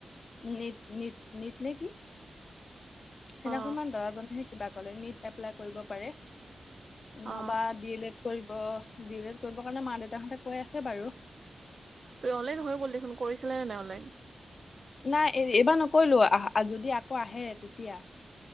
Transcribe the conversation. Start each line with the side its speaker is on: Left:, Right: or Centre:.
Left: নীট নীট নীট নে কি সেইদিনাখনমান
Right: অ
Left: দাদাজনে হে কিবা ক'লে নীট এপ্লাই কৰিব পাৰে নহ'বা
Right: অ
Left: ডি এল এড কৰিব বি এল এড কৰিবৰ কাৰণে মা দেউতাহঁতে কৈ আছে বাৰু।
Right: তোৰ অনলাইন হৈ গ'ল দেখোন কৰিছিলা নে নাই অনলাইন?
Left: নাই এই এইবাৰ নকৰিলো আহ যদি আকৌ আহে তেতিয়া।